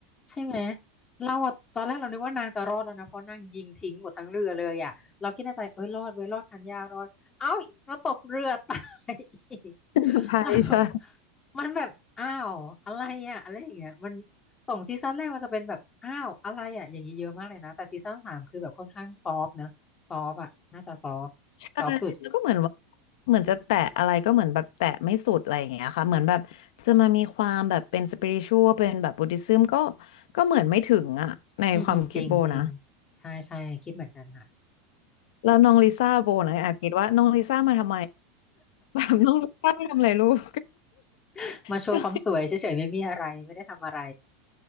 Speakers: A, on the left; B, on the left.
A: ใช่ไหมเราอะตอนแรกเรานึกว่านางจะรอดแล้วนะเพราะนางยิงทิ้งหมดทั้งเรือเลยอ่ะเราคิดในใจเอ้ยรอดเว้ยรอดชันญารอดเอ้ามาตกเรือตาย <laughs> อีก
B: <laughs> ใช่ใช่
A: เรามันแบบอ้าวอะไรอ่ะอะไรอย่างเงี้ยมันสองซีซั่นแรกมันจะเป็นแบบอ้าวอะไรอ่ะอย่างนี้เยอะมากเลยนะแต่ซีซั่นสามคือแบบค่อนข้างซอฟต์นะซอฟต์อ่ะน่าจะซอฟต์ซอฟต์สุด
B: ใช่แล้วก็เหมือนว่าเหมือนจะแตะอะไรก็เหมือนแบบแตะไม่สุดอะไรอย่างเงี้ยค่ะเหมือนแบบจะมามีความแบบเป็นสปิริชวลเป็นแบบบุ d ธิซึมก็ก็เหมือนไม่ถึงอ่ะในความคิดโบนะ
A: อืมอืมจริงจริงใช่ใช่คิดเหมือนกันค่ะ
B: แล้วน้องลิซ่าโบนะแอบคิดว่าน้องลิซ่ามาทำไม <laughs> แบบน้องลิซ่ามาทำอะไรลูก
A: <laughs> มาโชว์ความสวยเฉยๆไม่มีอะไรไม่ได้ทำอะไร
B: ใช่